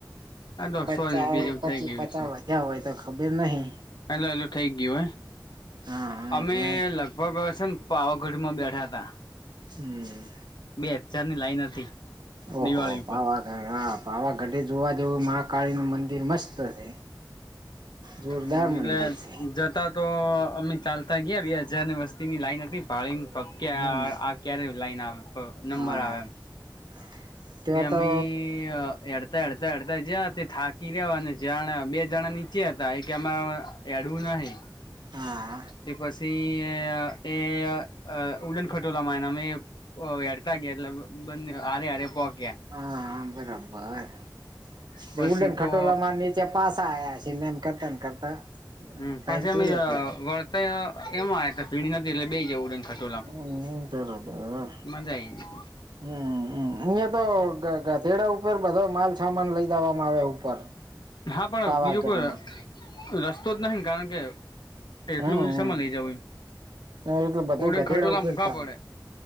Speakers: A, on the left; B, on the right.
A: આ તો
B: પચા
A: સો રૂપિયા જેવું
B: પછી
A: થઈ ગયું
B: પચાસ
A: છે
B: વધ્યા હોય તો ખબર નહિ.
A: એટલે એટલું થઈ ગયું
B: હા હા
A: અમે
B: એટલે
A: લગભગ છે ને પાવાગઢમાં બેઠા હતા
B: હમ્મ.
A: અત્યાર ની લાઈન હતી,
B: ઓહો
A: દિવાળી
B: પાવાગઢ
A: પર
B: હા પાવાગઢે જોવા જેવું મહાકાળી નું મંદિર મસ્ત છે જોરદાર
A: હમ્મ એટલે
B: મંદિર છે
A: જતા તો અમે ચાલતા ગયા બે હજાર ની વસ્તી ની લાઈન હતી પાળી આ
B: હમ
A: ક્યારે લાઈન આવે નંબર
B: હા
A: આવે એમ.
B: <unintelligible>
A: તેમી
B: તો
A: એ <inaudible> અડતા અડતા જયા તે થાકી રહ્યા અને જા બે જણા નીચે હતા એ કે અમા હેડવું. ન <inaudible> <unintelligible>
B: હા
A: <unintelligible> તે પછી એ ઉડન ખટોલા મા આયા ને અમે હેડતા ગયા એટલે બંને આરે આરે પોકે
B: હ બરાબર
A: પછી
B: ઉડને ખટોલા
A: તો
B: મા નીચે પાસા આવયા છેને એમ કરતા ને કરતા.
A: હમ્મ.
B: ટાઈમ
A: પછી અમે
B: પૂરો થઈ જાય
A: વળતા એમ આવ ભીડ નથી એટલે બેહિ જવ ઉડન ખટોલા
B: હમ બરોબર
A: માં મજા આઈ ગયતી
B: હમ હમ હ એતો ગધેડા ઉપર બધો માલસામાન લઈ જવામાં આવે ઉપર
A: હા, પણ
B: પાવાગઢ
A: બીજું કોઈ રસ્તો જ નહી કારણ કે, એટલું
B: હમ
A: સમા લઈ જવું એમ
B: એટલે બધું
A: ઉડન
B: ગધેડા
A: ખટોલા
B: ઉપરતા
A: મૂકા પડે